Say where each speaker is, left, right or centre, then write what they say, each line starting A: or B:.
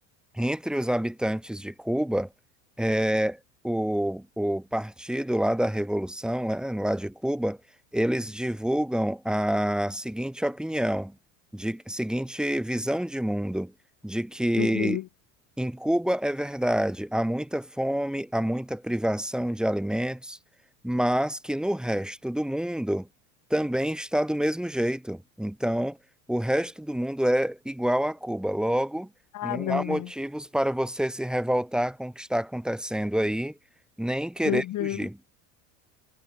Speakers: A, in the centre; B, on the left.
A: entre os habitantes de Cuba, é, o, o partido lá da Revolução, né, lá de Cuba, eles divulgam a seguinte opinião, de seguinte visão de mundo, de que
B: Uhum.
A: em Cuba é verdade, há muita fome, há muita privação de alimentos, mas que no resto do mundo também está do mesmo jeito. Então, o resto do mundo é igual a Cuba. Logo,
B: Ah,
A: não
B: não
A: há motivos
B: é.
A: para você se revoltar com o que está acontecendo aí, nem querer
B: Uhum.
A: fugir.